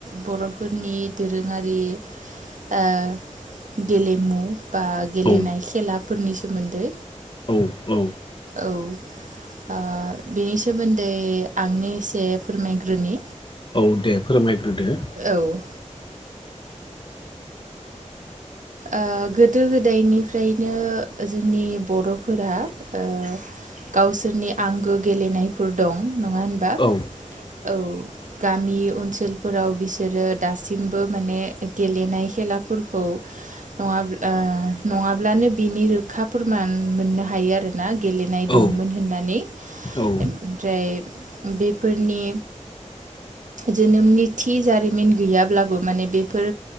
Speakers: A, on the right; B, on the left.
A: बरफोरनि दोरोङारि ओ गेलेमु बा गेलनाय
B: औ
A: सिख्ला फोरनि सोमोन्दै।
B: औ औ
A: औ आ बेनि सोमोन्दै आंनो एसे फोरमायग्रोनि
B: औ दे फोरमाय ग्रोदो
A: औ ओ गोदो गोदायनिफ्रायनो जोंनि बर'फोरा ओ गावसोरनि आंगो गेलेनायफोर दं नङा होनबा
B: औ
A: औ गामि ओनसोलफोराव बिसोरो दासिमबो माने गेलेनाय खेलाफोरखौ नङाब्ला ओ नङाब्लानो बिनि रोखा फोरमान मोननो हायो आरोना गेलेनाय दंमोन
B: औ
A: होननानै
B: औ
A: ओमफ्राय बेफोरनि जोनोमनि थि जारिमिन गैयाब्लाबो माने बेफोर